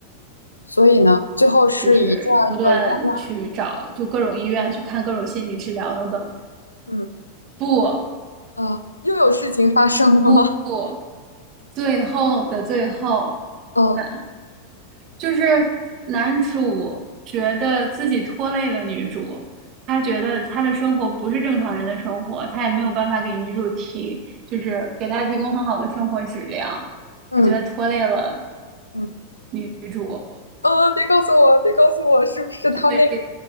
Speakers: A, on the left; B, on the right.
A: 所以呢，最后是以这样一个圆满，
B: 就是不断去找，就各种医院去看各种心理治疗等等。
A: 嗯，
B: 不
A: 啊，又有事情发生了吗？
B: 不不，
A: <laughs>
B: 最后的最后。
A: 呃，
B: 那。就是男主觉得自己拖累了女主，他觉得他的生活不是正常人的生活，他也没有办法给女主提，就是给她提供很好的生活质量，
A: 嗯
B: 他觉得拖累了
A: 嗯，
B: 女主，
A: 嗯，别告诉我，别告诉我，是不是他那个，
B: 所以